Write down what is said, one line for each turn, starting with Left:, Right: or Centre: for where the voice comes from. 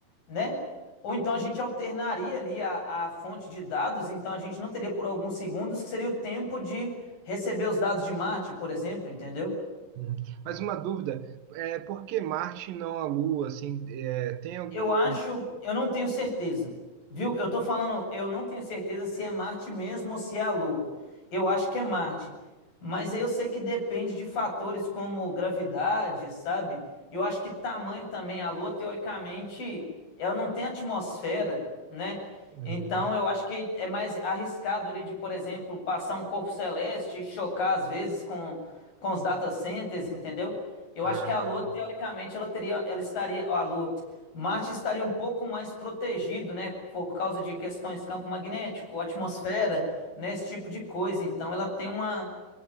Left: né? Ou então a gente alternaria ali a, a fonte de dados, então a gente não teria por alguns segundos, que seria o tempo de receber os dados de Marte, por exemplo, entendeu?
Right: uhum. Mas uma dúvida, é, por que Marte e não a Lua? Assim, é, tem alguma.
Left: Eu acho, eu não tenho certeza, viu? Eu tô falando, eu não tenho certeza se é Marte mesmo ou se é a Lua. Eu acho que é Marte, mas eu sei que depende de fatores como gravidade, sabe? E eu acho que tamanho também. A Lua, teoricamente, ela não tem atmosfera, né?
Right: Uhum.
Left: Então, eu acho que é mais arriscado ele de, por exemplo, passar um corpo celeste e chocar às vezes com, com os data centers, entendeu? Eu
Right: Ah,
Left: acho que a Lua, teoricamente, ela teria, ela estaria, ó, a Lua, Marte estaria um pouco mais protegido, né, por causa de questões campo magnético, atmosfera, né, esse tipo de coisa. Então, ela tem uma,